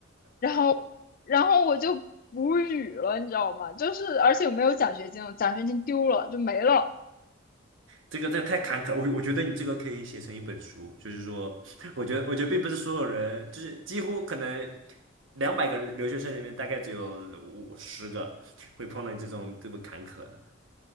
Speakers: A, on the left (about 45°); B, on the right (about 85°).
A: 然后然后我就无语了，你知道吗？就是而且我没有奖学金，我奖学金丢了就没了。
B: 这个这太坎坷，我我觉得你这个可以写成一本书，就是说，<laughs> 我觉得我觉得并不是所有人，就是几乎可能两百个留学生里面，大概只有五十个会碰到这种这么坎坷的。